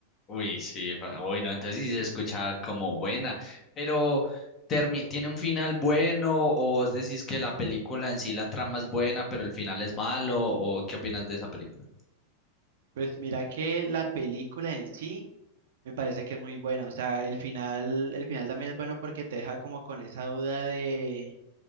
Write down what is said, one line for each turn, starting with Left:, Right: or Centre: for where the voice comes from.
Left: Uy, sí, fa- uy, no, entonces sí se escucha como buena, pero termi- ¿tiene un final bueno o vos decís que la película en sí, la trama es buena, pero el final es malo o qué opinas de esa película?
Right: Pues mira que la película en sí me parece que es muy buena, o sea, el final, el final también es bueno porque te deja como con esa duda de,